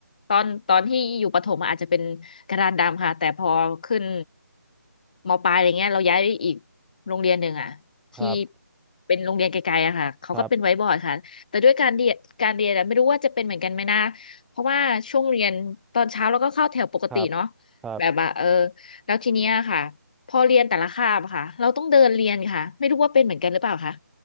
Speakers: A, on the left; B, in the centre.
A: ตอนตอนที่อยู่ประถมอะอาจจะเป็นกระดานดำค่ะแต่พอขึ้นมปลายอะไรเงี้ยเราย้ายไปอีกโรงเรียนหนึ่งอะที่
B: ครับ
A: เป็นโรงเรียนไกลๆอะค่ะเขาก็เป็นไว้บอร์ดค่ะแต่ด้วยการเรียนการเรียนอะไม่รู้ว่าจะเป็นเหมือนกันไหมนะ
B: ครับ
A: เพราะว่าช่วงเรียนตอนเช้าเราก็เข้าแถวปกติเนาะ
B: ครับครับ
A: แบบว่าเออแล้วทีเนี้ยค่ะพอเรียนแต่ละคาบอะค่ะเราต้องเดินเรียนค่ะไม่รู้ว่าเป็นเหมือนกันหรือเปล่าคะ